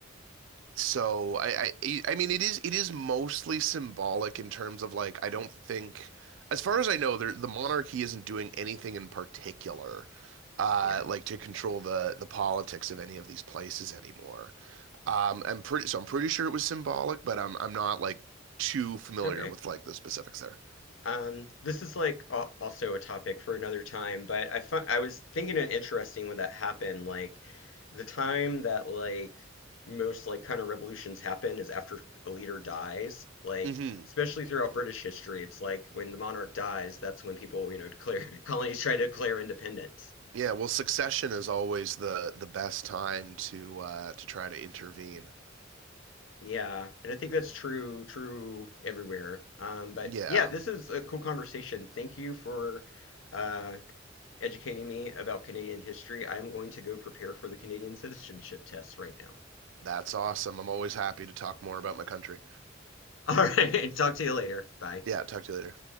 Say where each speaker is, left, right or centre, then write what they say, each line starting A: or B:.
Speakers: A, on the right; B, on the left.
A: so I, I I mean it is it is mostly symbolic in terms of like I don't think as far as I know there the monarchy isn't doing anything in particular uh
B: Yeah.
A: like to control the the politics of any of these places anymore. Um, I'm pretty so I'm pretty sure it was symbolic, but I'm I'm not like too familiar
B: Okay.
A: with like the specifics there.
B: Um, this is like al- also a topic for another time, but I found I was thinking it interesting when that happened. Like the time that like most like kind of revolutions happen is after a leader dies. Like
A: hmm
B: especially throughout British history, it's like when the monarch dies, that's when people, you know, declare <laughs> colonies try to declare independence.
A: Yeah, well, succession is always the the best time to uh to try to intervene.
B: Yeah, and I think that's true true everywhere. Um, but
A: Yeah,
B: yeah, this is a cool conversation. Thank you for uh educating me about Canadian history. I'm going to go prepare for the Canadian citizenship test right now.
A: that's awesome. I'm always happy to talk more about my country.
B: <laughs> All right, talk to you later. Bye.
A: Yeah, talk to you later.